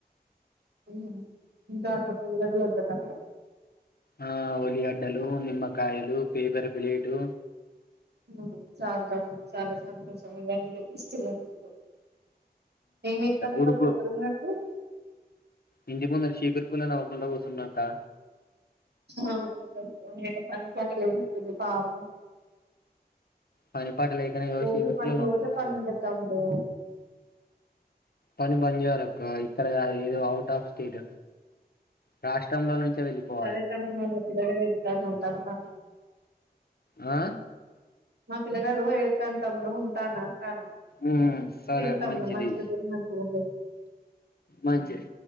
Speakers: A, on the right; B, on the left.
A: మ్ ఇంకా అలా పులిల దగ్గరే వద్ద తమ్ముడు
B: ఆ ఉల్లిగడ్డలు నిమ్మకాయలు పేపర్ ప్లేటు
A: హుమ్ చాలా చాలా సంతోషంగా అనిపిస్తవునది <unintelligible> ఏం జెస్తా ఉన్నావ్
B: ఉడుకు
A: తమ్ముడు ఎక్కడ ఉన్నావ్ ఇప్పుడు
B: ఇంటి ముందు సిపూర్రూపుల్ నవకుండ కుసన్నాక్క
A: హ మొత్తమ్ పని పాట లేనట్టుంది పాపం
B: పనిపాటి లేకనేగా
A: రోజు
B: సిపూర్
A: పనికి
B: పుల్ల నోట్లో
A: పోతే
B: వేసుకున్న
A: పని ఉంటది తమ్ముడు అవును
B: పని బంద్ చేయారు క్క ఇక్కడ గాదు ఏదో అఔట్ ఆఫ్ స్టేట్ రాష్ట్రంలో నుంచే వెళ్ళిపోవాలి
A: సరే తమ్ముడు మాక్ చెప్పినవ్ కాద ఇతము ఉంటాను మ
B: ఆ
A: మా పిల్లగాడు ఏడుతండు తమ్ముడు ఉంటానా తానా
B: ఉ సరే
A: తిను తమ్ముడు
B: మంచిది
A: మంచిగా తిను మంచిగా ఉండు
B: మంచిది